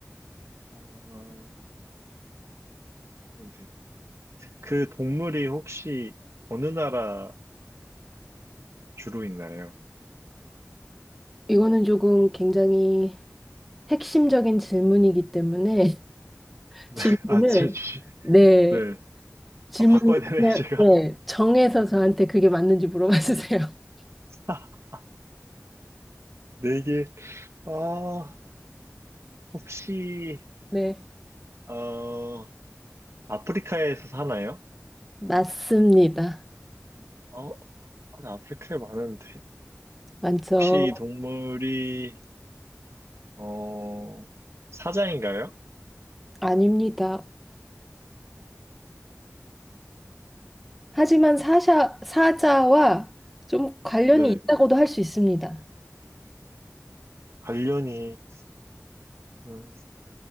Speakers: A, on the right; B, in the centre.
A: 아, 네. 그 동물이 혹시 어느 나라에 주로 있나요?
B: 이거는 조금 굉장히 핵심적인 질문이기 때문에
A: <laughs>
B: <laughs>
A: 네,
B: 질문을
A: 아, 제 주식.
B: 네
A: 네.
B: 질문을
A: 아, 바꿔야 되네,
B: 그냥
A: 제가.
B: 네 정해서 저한테 그게 맞는지 물어봐 주세요. <laughs>
A: <laughs> 네 개. 아, 혹시,
B: 네
A: 어, 아프리카에서 사나요?
B: 맞습니다.
A: 어, 아니, 아프리카에 많은데.
B: 많죠.
A: 혹시 이 동물이, 어, 사자인가요?
B: 아닙니다. 하지만 사샤, 사자와 좀 관련이
A: 네.
B: 있다고도 할 수 있습니다.
A: 관련이, 음,